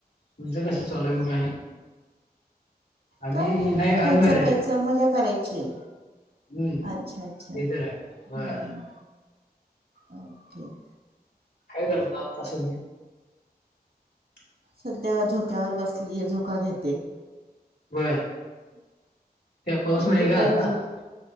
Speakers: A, on the left; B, on the right.
A: तुमचं कसं चालूय मग आणि आम्ही
B: काय नाही खायचं
A: अनमॅरिड
B: प्यायचं मजा करायची
A: हम्
B: अच्छा अच्छा
A: ते तर आहे बर
B: हम्म. ओके <unintelligible>
A: काय करतो आत्ता सधी <unintelligible>
B: सध्या झोक्यावर बसलीये झोका घेते
A: बर ते पाऊस नाही
B: दुपारी
A: का आता
B: झोप